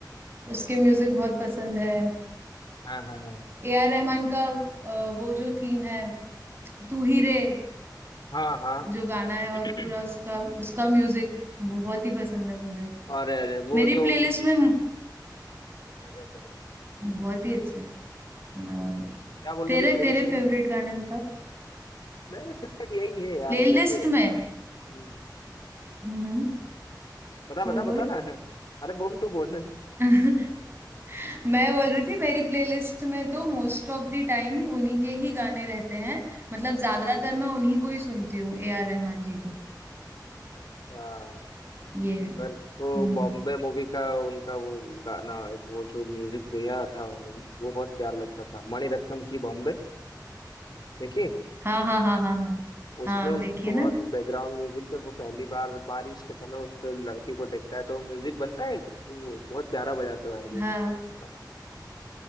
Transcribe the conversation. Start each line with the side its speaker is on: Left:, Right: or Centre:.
Right: उसके म्यूजिक बहुत पसंद है
Left: हाँ हाँ हाँ
Right: ए आर रहमान का अ, वो जो थीम है तू ही रे
Left: हाँ हाँ
Right: जो गाना है और
Left: <clears throat>
Right: पूरा उसका उसका म्यूजिक बहुत ही पसंद है मुझे
Left: अरे अरे वो
Right: मेरी
Left: तो
Right: प्लेलिस्ट में
Left: गजब गजब
Right: बहुत ही अच्छा है हाँ।
Left: क्या बोल
Right: तेरे
Left: रही थी प्लेलिस्ट
Right: तेरे फेवरेट
Left: में
Right: गाने बताओ
Left: मेरा फेवरेट यही है यार
Right: प्लेलिस्ट
Left: जैसे
Right: में
Left: हम्म
Right: हम्म
Left: बता बता
Right: बोल
Left: बता
Right: बोल
Left: ना अरे बोल तू बोल
Right: <laughs> मैं बोल रही थी मेरी प्लेलिस्ट में तो मोस्ट ऑफ द टाइम उन्हीं के ही गाने रहते हैं मतलब ज्यादातर मैं उन्हीं को ही सुनती हूँ ए आर रहमान जी को
Left: अच्छा
Right: ये है
Left: मेरे को
Right: हम्म
Left: बॉम्बे मूवी का उनका वो गाना एक वो जो म्यूजिक दिया था उन्होंने वो बहुत प्यार लगता था मणिरत्नम की बॉम्बे देखिए
Right: हाँ हाँ हाँ हाँ हाँ
Left: उसमें
Right: हाँ
Left: उनको
Right: देखिए ना
Left: बहुत बैकग्राउंड म्यूजिक जब वो पहली बार बारिश के समय उस लड़की को देखता है तो म्यूजिक बनता है वो बहुत प्यारा बजाते हुआ यार वो
Right: हाँ
Left: हाँ,